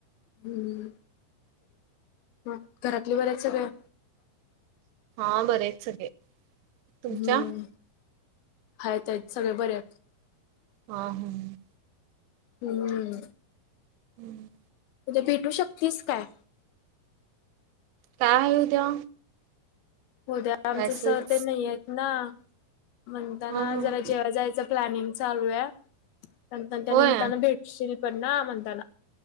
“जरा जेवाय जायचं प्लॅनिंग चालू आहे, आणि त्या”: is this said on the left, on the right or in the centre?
Left